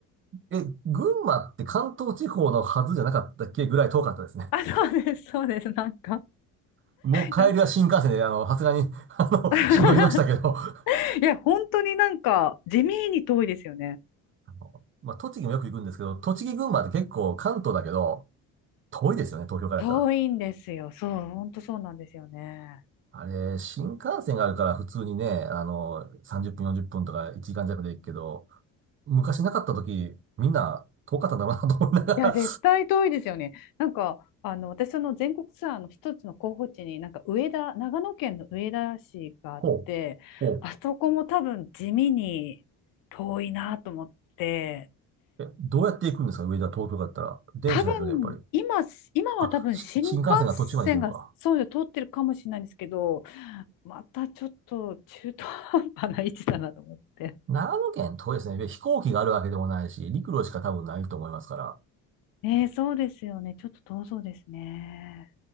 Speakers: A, on the right (about 35°); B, on the left (about 65°).
A: え、群馬って関東地方のはずじゃなかったっけぐらい遠かったですね。
B: あ、そうです、そうです、なんか。
A: <laughs> もう帰りは新幹線で、
B: いや、
A: あの、さすがに、<laughs> あの、
B: <laughs>
A: し乗りましたけど、<laughs>
B: いや本当になんか、地味に遠いですよね。
A: あのまあ、栃木もよく行くんですけど、栃木群馬って結構関東だけど、遠いですよね、東京からやったら。
B: 遠いんですよ、そう、本当そうなんですよね。
A: あれ、新幹線があるから普通にね、あの、30分、40分とか1時間弱で行くけど、昔なかった時、みんな遠かったんだろうなと思いながら
B: いや、絶対遠いですよね。なんか、あの、私、その全国ツアーの一つの候補地に、なんか、上田、長野県の上田市があって、
A: ほう。ほう。
B: あそこも多分地味に遠いなと思って。
A: え、どうやって行くんですか上田、東京だったら。電車ですよね、
B: 多分、
A: やっぱり。
B: 今、今は多分新幹線がそうよ、
A: あ、し新幹線が途中まで行ってるのか。
B: 通ってるかもしれないんですけど、またちょっと中途半端な位置だなと思って。
A: 長野県遠いですね。で飛行機があるわけでもないし、陸路しか多分ないと思いますから。
B: ねえ、そうですよね。ちょっと遠そうですね。